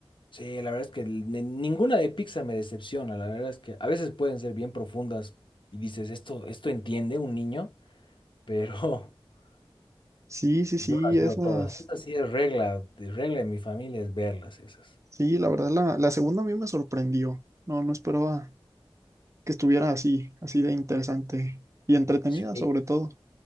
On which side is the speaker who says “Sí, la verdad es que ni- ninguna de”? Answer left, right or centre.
Left